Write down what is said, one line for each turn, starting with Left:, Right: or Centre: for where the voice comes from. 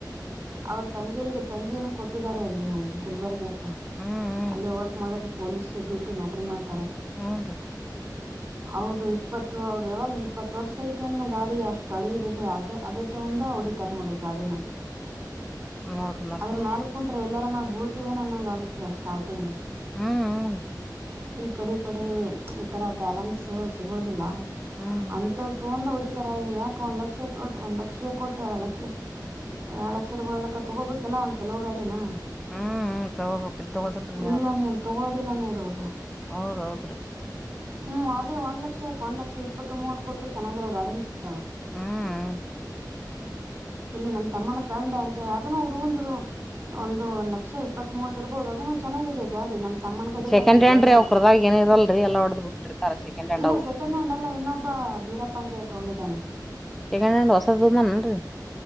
Right: ಅವ್ರ ತಂಗಿಯಲ್ಲಿ ತಂಗಿಯನ್ನು ಕೊಟ್ಟಿದಿದ್ದಾರೆ ಅಲ್ಲಿ ಗುಲ್ಬರ್ಗಕ್ಕ
Centre: ಹ್ಮ್
Right: ಅಲ್ಲಿ ವರ್ಕ್ ಮಾಡೋದು ಪೊಲೀಸ್ ಡ್ಯೂಟಿ ನೌಕರಿ ಮಾಡ್
Centre: ಹ್ನ್ ರೀ
Right: ಹೌದು ಇಪ್ಪತ್ತು ಅವರು ಯಾವಾಗ ಇಪ್ಪತ್ತು ವರ್ಷ ಐತೆ ಇನ್ನು ಗಾಡಿ ಅಷ್ಟ ಹೊಳಿಯಿದೆ ಅದು ತಂದ ಹೊಡಿತಾರ ನೋಡಿ ಗಾಡಿನ
Centre: ನೋಡ್ರಿ ಮತ್ತ
Right: ಅದ್ರ ಮೇಾಲ ಕುಂತ್ರ ಎಲ್ಲಾರ ನಾವ ಬೀಳ್ತವನ ನನ್ನಂಗ ಆಗುತ್ತೆ ಸ್ಟಾರ್ಟಿಂಗ್
Centre: ಹ್ಮ್ ಹೂನ್ರಿ
Right: ಹ ಕಡೆ ಕಡೆ ಈತರ ಬ್ಯಾಲೆನ್ಸ್ ಸಿಗೋದಿಲ್ಲ
Centre: ಹ್ಮ್ ಹ್ಮ್
Right: ಅಂತ ತೊೊಂಡ ಹೊಡಿತರ ಯಾಕ ಒಂದ್ ಲಕ್ಷ ಕೋ ಒಂದ್ ಲಕ್ಷ ಕೋಟಿ ಎರಡು ಲಕ್ಷ ಎಳಕ್ ಸರ್ ಬಿಳಲಕ್ಕ ತಗೋಬೇಕಲ್ಲ ಒಂದ್ ಚೊಲೋ ಗಾಡಿನ
Centre: ಹ್ಮ್ ತಗೊಳ್ಬೇಕ ಇಲ್ ತಗೋದಲ್ರಿ
Right: ಇಲ್ಲ ನೋಡಿ ತಗೋದಿಲ್ಲ ನೋಡವ್ರು
Centre: ಹೌದೌದ್ರಿ
Right: ಹ್ಮ್ ಅದೇ ಒಂದ್ ಲಕ್ಷ ಯಾಕ ಒಂದ್ ಲಕ್ಷ ಇಪ್ಪತ್ತು ಮೂವತ್ ಕೊಟ್ರೆ ಚೆನ್ನಾಗಿರೋ ಗಾಡಿನ ಸಿಗ್ತಾವ
Centre: ಹ್ಮ್
Right: ಇಲ್ಲಿ ನಮ ತಮ್ಮನ ಫ್ರೆಂಡ್ ಅಂತ ಹೇಳಿ ಅದನ್ನು ಹುಡುಂದುುದು ಒಂದುಂದು ಲಕ್ಷ ಇಪ್ಪತ್ ಮೂವತ್ ಇರ್ಬಹುದು ಅದುನ್ನು ಚೆನ್ನಾಗಾಗಿದೆ ಗ ನ ತಮ್ಮ ಗಾ
Centre: ಸೆಕೆಂಡ್
Right: ತರ
Centre: ಹ್ಯಾಂಡ್ ರೀ ಅವ್ ಕರ್ದಾಗ ಏನ ಇರಲ್ರಿ ಎಲ್ಲ ಹೊಡ್ದ್ ಬಿಟ್ಟಿರ್ತಾರ ಸೆಕೆಂಡ್ ಹ್ಯಾಂಡ್
Right: ಇಲ್ಲ
Centre: ಅವು
Right: ಸೆಂಡ್ ಹ್ಲ್ಲ ಇನ್ನೊಬ್ಬ ಬೀರಪ್ಪ ಅಂತ ತಗೊಂಡಿದ್ದಾನೆ
Centre: ಸೆಕಂಡ್ ಹ್ಯಾಂಡ್ ಹೊಸದಂದ ನನ್ರಿ